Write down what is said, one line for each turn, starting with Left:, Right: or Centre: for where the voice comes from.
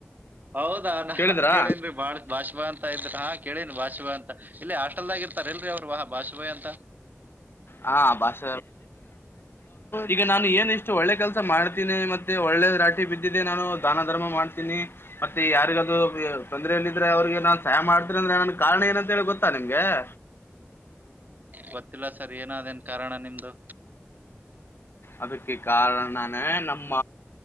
Right: ಹೌದಾ ನಾನ್
Left: ಕೇಳಿದ್ರಾ
Right: ಕೇಳೇನ್ೀ ಬಾಳ ಭಾಷವಾ ಅಂತ ಇದ್ರ ಹಾ ಕೇಳನ್ಿ ಭಾಷವಾಾ ಅಂತ ಇಲ್ಲಿ ಹಾಸ್ಟೆಲ್ದಾಗಿ ಇರ್ತಾರ ಎಲ್ರರಿ ಅವ್ರು ವಾಹ ಬಾಷುಭಾಯಿ ಅಂತ
Left: ಹಾ ಭಾಷ ಈಗ ನಾನು ಏನ್ ಎಷ್ಟು ಒಳ್ಳೆ ಕಲ್ಸ ಮಾಡ್ತೀನಿ ಮತ್ತೆ ಒಳ್ಳೆ ರಾಟಿ ಬಿದ್ದಿದ್ದೆ ನಾನು ದಾನ ಧಮ ಮಾಡ್ತೀನಿ ಮತ್ತೆ ಯಾರಿಗದು ತೊಂದ್ರೆಯಲ್ಲಿದ್ರೆ ಅವ್ರಿಗೆ ನಾನ್ ಸಹಾಯ ಮಾಡತ್ರ ಅಂದ್ರೆ ನನ್ ಕಾರಣ ಏನಂತ ಹೇಳಿ ಗೊತ್ತಾ ನಿಮ್ಗೆ <inaudible>
Right: ಗೊತ್ತಿಲ್ಲ ಸರ್ ಏನಾದೇನ್ ಕಾರಣ ನಿಮ್ದು
Left: ಅದಕ್ಕೆ ಕಾರಣನೇ ನಮ್ಮ